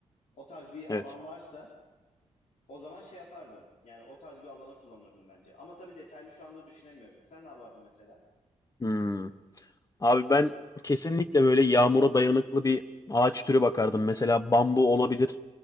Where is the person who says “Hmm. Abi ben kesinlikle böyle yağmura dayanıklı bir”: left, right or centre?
Left